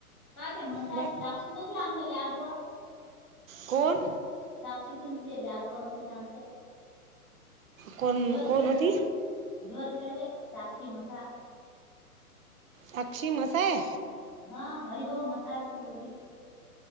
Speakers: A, in the centre; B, on the right (about 60°).
A: काय ते म्हसाय
B: बा
A: साक्षी जाती आमच्याला लॅबवर.
B: कोण.
A: साक्षी तून तिथे लॅबवर, होती ना आमच्या.
B: कोण
A: वर
B: कोण
A: खेळले
B: होती
A: वर खेळले साक्षी मसा.
B: साक्षी म्हैस ये.
A: हां.. हरी भाऊ मसाळची पोरगी.